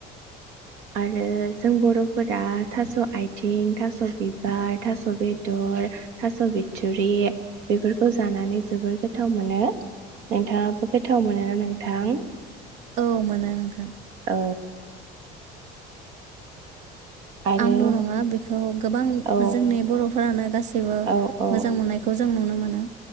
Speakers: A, on the right; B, on the right.
A: आरो जों बर'फोरा थास आइथ थिं थास' बिबार, थास' बेदर थास‌ बिथुरि बेफोर खौ जानानै जोबोर गोथाव मोनो। नोंथाङाबो गोथाव मोनोना नों नोंथां?
B: औ मोनो नोंथां।
A: औ आरो
B: आंल' नङा बेखौ गोबां
A: औ
B: जोंनि बर'फोरानो गासैबो
A: औ औ
B: मोजां मोननायखौ जों जों नुनो मोनो।